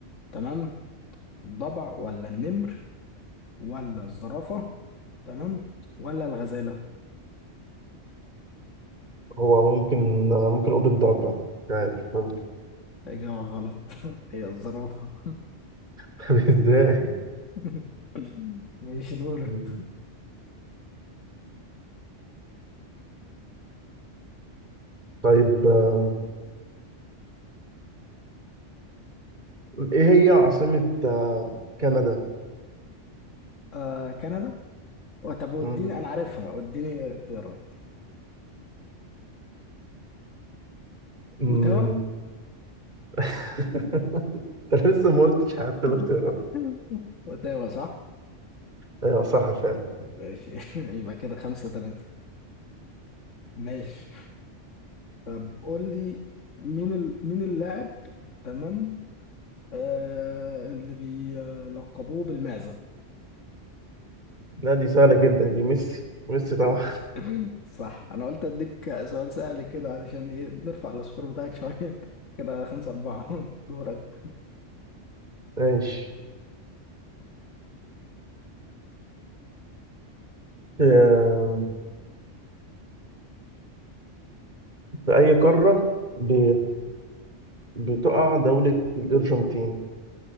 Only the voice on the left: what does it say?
تمام الضبع ولا النمر ولا الزرافة تمام ولا الغزالة
إجابة غلط <laughs> هي الزرافة
<laughs> ماشي دورك
آه كندا طب وديني
أنا عارفها وديني اختيارات
أوتاوا
<laughs>
أوتاوا صح
ماشي <laughs> يبقى كده خمسة تلاتة ماشي طب قول لي مين ال... مين اللاعب تمام آه اللي بيلقبوه بالمعزة
ماشي. <laughs> صح انا قلت اديك سؤال سهل كده علشان ايه نرفع السكور بتاعك شويه <laughs> كده خمسة أربعة <laughs> دورك